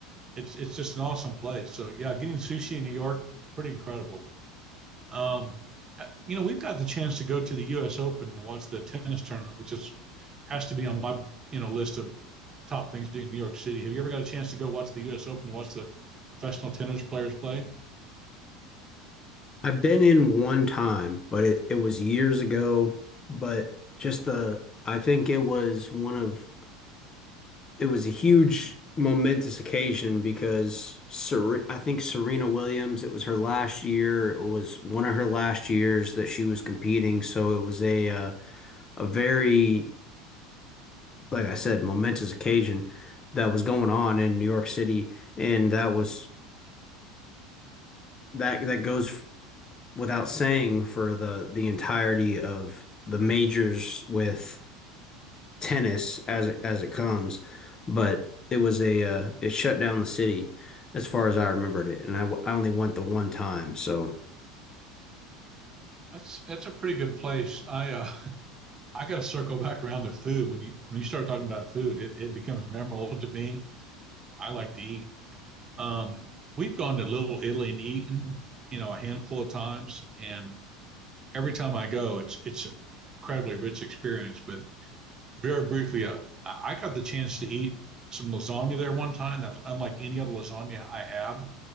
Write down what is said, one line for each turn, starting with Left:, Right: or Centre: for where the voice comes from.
Right: it's it's just an awesome place. So yeah, getting sushi in New York is pretty incredible. Um, uh, you know, we've got the chance to go to the U.S. Open to watch the tennis tournament, which is has to be on my you know list of top things to do in New York City. Have you ever got a chance to go watch the U.S. Open, watch the professional tennis players play?
Left: I've been in one time, but it, it was years ago. But just the, I think it was one of it was a huge momentous occasion because Ser I think Serena Williams, it was her last year, it was one of her last years that she was competing, so it was a uh, a very, like I said, momentous occasion that was going on in New York City, and that was that that goes without saying for the the entirety of the majors with tennis as it, as it comes, but it was a uh, it shut down the city as far as I remembered it, and I, w- I only went the one time. So
Right: That's that's a pretty good place. I uh, <laughs> I got to circle back around to food. When you when you start talking about food, it, it becomes memorable to me. I like to eat. Um, we've gone to Little Italy and eaten, you know, a handful of times, and every time I go, it's it's an incredibly rich experience. But very briefly, uh, I got the chance to eat some lasagna there one time. That was unlike any other lasagna I had.